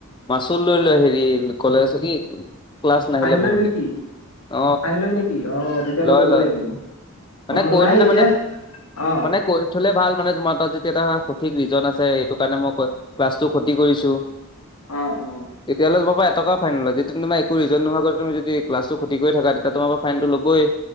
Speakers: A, on the left; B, on the left.
A: মাচ লৈ লয় হেৰি কলে <inaudible> ক্লাছ নাহিলে
B: ফাইন লয়
A: বহুত
B: নেকি
A: দিন অ
B: ফাইন লয় নেকি অ তেতিয়াহ'লে
A: লয়
B: ক'ব
A: লয়।
B: লাগিব
A: মানে
B: অ মোৰ
A: কৰি
B: নাই
A: থলে
B: এতিয়া
A: মানে
B: অ
A: মানে কৰি থলে ভাল মানে তোমাৰ তাত যেতিয়া এটা ঠিক ৰিজন আছে এইটো কাৰণে মই ক ক্লাছটো ক্ষতি কৰিছো।
B: অ অ
A: তেতিয়ালৈ টকা ফাইন নলয় যদি তোমাৰ একো ৰিজন নোহোৱাকৈ তুমি যদি ক্লাছটো ক্ষতি কৰি থাকা তেতিয়া তোমাৰ পৰা ফাইনটো ল'বই।